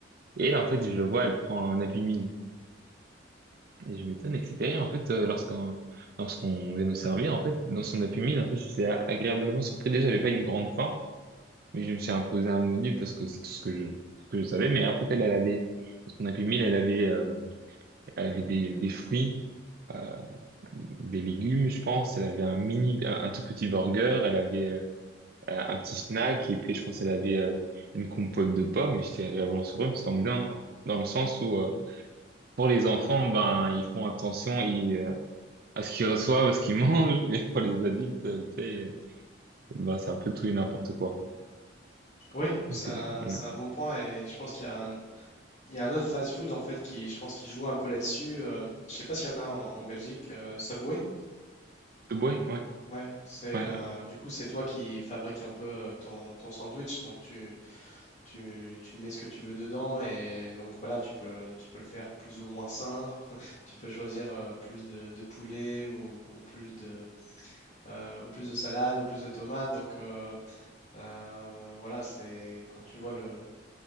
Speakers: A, on the right (about 50°); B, on the left (about 40°).
A: Et en fait, je le vois, elle prend un Happy Meal et je m'étonne, etc. Et en fait, euh, lorsqu'on lorsqu'on vient nous servir, en fait, dans son Happy Meal, en fait, j'étais agréablement surpris. Déjà, j'avais pas une grande faim. Mais je me suis imposé un menu parce que c'est tout ce que je, ce que je savais. Mais en fait, elle, elle avait, dans son Happy Meal, elle avait, euh, elle avait des, des fruits, euh, des légumes, je pense. Elle avait un mini, un, un tout petit burger. Elle avait euh, un petit snack. Et puis, je pense, elle avait euh, une compote de pommes. Et j'étais agréablement surpris parce qu'en bien, dans le sens où, euh, pour les enfants, ben, ils font attention ils, euh, à ce qu'ils reçoivent, à ce qu'ils mangent. <laughs> Mais pour les adultes, euh, tu sais, euh, ben, c'est un peu tout et n'importe quoi.
B: Oui, c'est
A: Donc,
B: un,
A: euh, ouais.
B: c'est un bon point et je pense qu'il y a un, il y a un autre fast-food en fait qui, je pense, qui joue un peu là-dessus. euh, je sais pas s'il y en a en, en Belgique, euh, Subway.
A: Subway, ouais,
B: Ouais, c'est
A: ouais, ouais.
B: euh, du coup c'est toi qui fabrique un peu euh, ton, ton sandwich, donc tu, Tu, tu mets ce que tu veux dedans et donc voilà, tu peux, tu peux le faire plus ou moins sain. <laughs> Tu peux choisir euh, plus de, de poulet ou, ou plus de, euh, ou plus de salade ou plus de tomates. Donc euh, euh, voilà, c'est quand tu vois le,